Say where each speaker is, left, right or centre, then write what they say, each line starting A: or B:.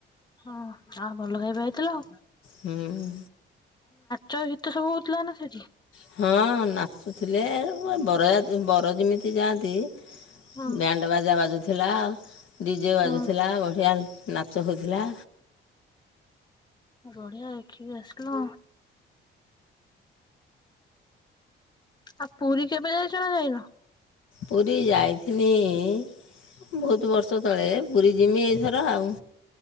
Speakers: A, on the left; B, on the left.
A: ହଁ, ଆ ଭଲ ଚାଲ।
B: ହୁଁ।
A: ଚ ହିତ ସବୁ ହଉଥିଲା ନା ସେଠି?
B: ହଁ, ନାଚୁଥିଲେ ବରଯା ବର ଯେମିତି ଯାଆନ୍ତି
A: ହଁ
B: ବ୍ୟାଣ୍ଡ ବାଜା ବାଜୁଥିଲା। ଡିଜେ
A: ହଁ
B: ବାଜୁଥିଲା ବଢ଼ିଆ ନାଚ ହୋଉଥିଲା।
A: ବଢିଆ, ଏଖିକି କି ଆସିଲ? ଆ ପୁରୀ କେବେ ଯାଇଛ ନା ଯାଇନ?
B: ପୁରୀ ଯାଇଥିନି-ଇ ବହୁତ ବର୍ଷ ତଳେ ପୁରୀ ଯିମି ଏଇଥର ଆଉ।